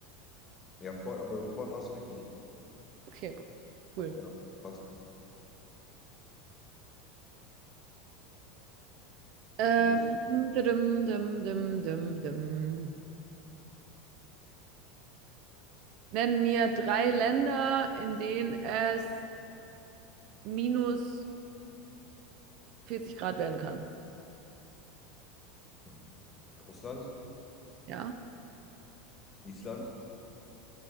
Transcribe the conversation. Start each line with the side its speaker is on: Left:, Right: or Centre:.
Left: Ja, Ford, aber mit Ford warst du richtig.
Right: Okay, cool.
Left: Aber Ja, fast.
Right: Ähm,
Left: Du bist
Right: dim, dim, dim, dim, dim. Nenn mir drei Länder, in denen es minus 40 Grad werden kann.
Left: hm, Russland,
Right: Ja?
Left: Island